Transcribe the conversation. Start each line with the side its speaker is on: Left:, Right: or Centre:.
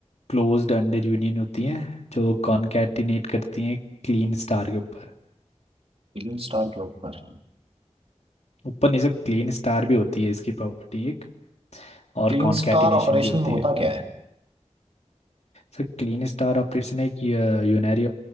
Left: closed under union होती हैं जो कॉनकैटिनेट करती हैं क्लीन स्टार के ऊपर
Right: क्लीन स्टार के ऊपर
Left: ऊपर नहीं सर क्लीन स्टार भी होती है इसकी प्रॉपर्टी एक और
Right: क्लीन
Left: कॉनकैटिनेशन
Right: स्टार ऑपरेशन
Left: भी होती
Right: होता
Left: है
Right: क्या है
Left: सर क्लीन स्टार ऑपरेशन एक यूनरी